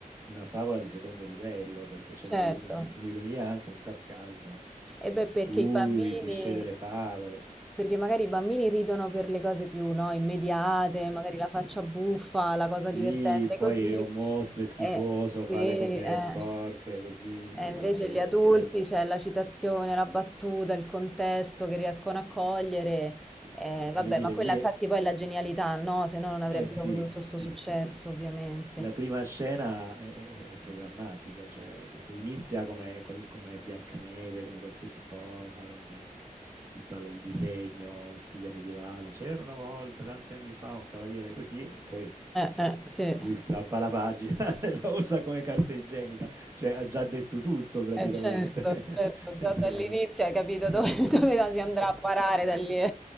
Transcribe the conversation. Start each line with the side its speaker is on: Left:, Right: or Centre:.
Right: una favola di secondo livello, perché c'è una-
Centre: Certo.
Right: un'ironia e anche un sarcasmo
Centre: E beh,
Right: sui
Centre: perché i bambini,
Right: cliché delle favole.
Centre: perché magari i bambini ridono per le cose più, no, immediate, magari la faccia buffa, la cosa
Right: Sì,
Centre: divertente
Right: poi
Centre: così,
Right: è un mostro, è schifoso,
Centre: e sì,
Right: fa le cose
Centre: eh.
Right: sporche, così,
Centre: E invece
Right: mangia le
Centre: gli
Right: schifezze.
Centre: adulti c'è la citazione, la battuta, il contesto che riescono a cogliere.
Right: Ma sì,
Centre: Eh,
Right: ah,
Centre: vabbè,
Right: voglio dire,
Centre: ma quella
Right: lì
Centre: infatti
Right: è...
Centre: poi è la genialità, no? Se no non avrebbero
Right: Eh sì,
Centre: avuto tutto questo
Right: sì,
Centre: successo,
Right: sì, sì.
Centre: ovviamente.
Right: La prima scena è, è- è programmatica, cioè che, che inizia come, qual- come Biancaneve, come qualsiasi cosa, con tutto il disegno in stile medievale. C'era una volta, tanti anni fa, un cavaliere così, e poi
Centre: Eh, eh, sì.
Right: lui strappa la pagina <laughs> e la usa come carta igienica, cioè ha già detto tutto praticamente.
Centre: Eh, certo,
Right: <laughs>
Centre: certo, già
Right: In
Centre: dall'inizio
Right: Quel- modo.
Centre: hai capito
Right: <laughs>
Centre: dove, <laughs> dove la si andrà a parare da lì, eh,